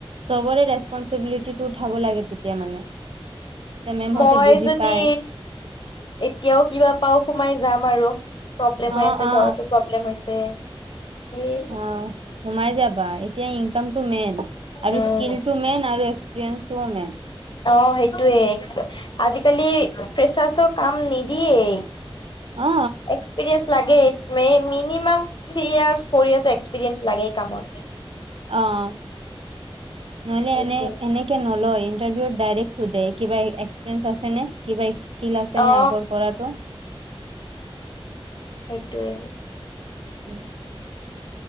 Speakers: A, on the right (about 65°); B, on the left (about 50°).
A: চবৰে ৰেস্পঞ্চিবিলিটো উঠাব লাগে তেতিয়া মানে। তে মেমহঁতে
B: মই
A: বুজি
B: যদি
A: পায়
B: এতিয়াও কিবা পাওঁ সোমাই যাম আৰু প্ৰব্লেম
A: অ
B: হৈ আছে
A: অ
B: ঘৰতো প্ৰব্লেম হৈছে। এই
A: অঁ, সোমাই যাবা এতিয়া ইনকামটো মেইন আৰু
B: উম
A: স্কিলটো মেইন। আৰু এক্সপিৰিয়েন্সটোও মেইন।
B: অঁ, সেইটোৱে এক্স আজিকালি ফ্ৰেচাৰছৰ কাম নিদিয়েই।
A: অ
B: এক্সপিৰিয়েন্স লাগেই মে minimum three years four years experience লাগেই কামত।
A: অঁ, নহলে
B: সেইটোৱে
A: এনে এনেকে নলয় ইণ্টাৰভিউত ডাইৰেক্ট কিবা এক্সপৰিেঞ্চ আছে নে, কিবা স্কিল আছে
B: অ
A: নে আগৰ কৰাটো?
B: সেইটোৱে।
A: উম।